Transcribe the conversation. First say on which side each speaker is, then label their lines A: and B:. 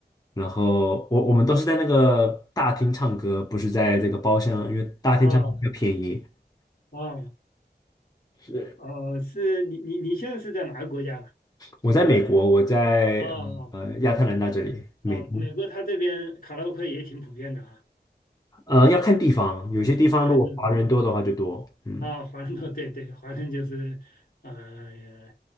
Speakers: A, on the left; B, on the left.
A: 然后我我们都是在那个大厅唱歌，不是在这个包厢，因为大厅唱歌比较便宜。
B: 啊啊
A: 是
B: 哦，是你你你现在是在哪个国家啊？
A: 我在美国，我在呃亚特兰大这里，
B: 哦哦
A: 美东，
B: 哦，美国他这边卡拉 OK 也挺普遍的啊，
A: 呃要看地方，有些地方如果华人多的话就多，
B: 要看地方
A: 嗯，
B: 啊，华人多，对对，华人就是呃，